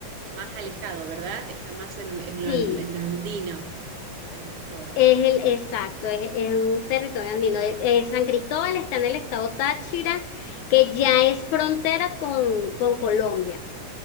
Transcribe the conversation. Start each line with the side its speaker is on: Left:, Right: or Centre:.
Right: más alejado, ¿verdad? Está más en, en lo,
Left: Sí,
Right: en lo andino, San Cristóbal.
Left: Es el, exacto, es, es un territorio andino. El- eh, San Cristóbal está en el estado Táchira, que ya es frontera con, con Colombia.